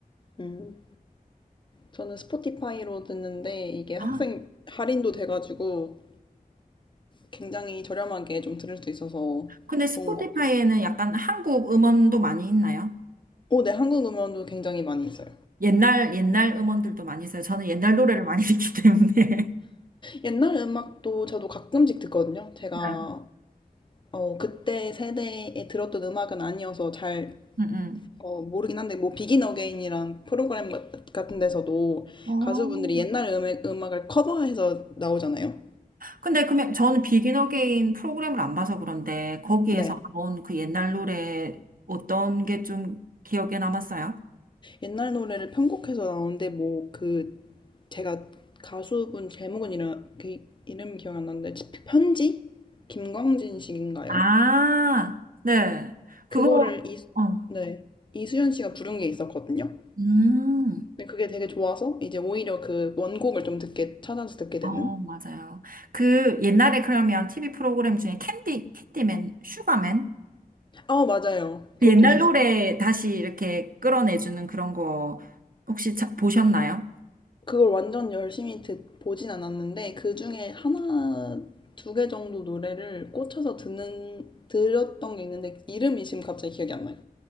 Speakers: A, on the left; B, on the right.
A: 음. 저는 스포티파이로 듣는데 이게 학생
B: 아,
A: 할인도 돼가지고 굉장히 저렴하게 좀 들을 수 있어서
B: 근데 스포티파이에는
A: 좋은 것 같아요.
B: 약간 한국 음원도 많이 있나요?
A: 오, 네, 한국 음원도 굉장히 많이 있어요.
B: 옛날, 옛날 음원들도 많이 있어요. 저는 옛날 노래를 많이 듣기 때문에. <laughs>
A: 옛날 음악도 저도 가끔씩 듣거든요. 제가
B: 네.
A: 어, 그때 세대에 들었던 음악은 아니어서 잘
B: 음, 음.
A: 어, 모르긴 한데 뭐 비긴 어게인이랑 프로그램 같- 같은 데서도
B: 어,
A: 가수분들이 옛날 음악, 음악을 커버해서 나오잖아요.
B: 근데 그러면 저는 비긴 어게인 프로그램을 안 봐서 그런데 거기에서
A: 네.
B: 나온 그 옛날 노래 어떤 게 좀 기억에 남았어요?
A: 옛날 노래를 편곡해서 나오는데 뭐 그 제가 가수분 제목은 이름 그 이름 기억이 안 나는데 편지 김광진 씨인가요?
B: 아, 네. 그거,
A: 그거를 이,
B: 어,
A: 네, 이수연 씨가 부른 게 있었거든요.
B: 음,
A: 근데 그게 되게 좋아서 이제 오히려 그 원곡을 좀 듣게 찾아서 듣게 되는.
B: 어, 맞아요. 그 옛날에 그러면 TV 프로그램 중에 캔디, 캔디맨, 슈가맨?
A: 아 맞아요.
B: 그
A: 그것도
B: 옛날
A: 있었어요.
B: 노래 다시 이렇게 끌어내주는 그런 거 혹시 자- 보셨나요?
A: 그걸 완전 열심히 듣 보진 않았는데 그 중에 하나 두 개 정도 노래를 꽂혀서 듣는 들었던 게 있는데 이름이 지금 갑자기 기억이 안 나요.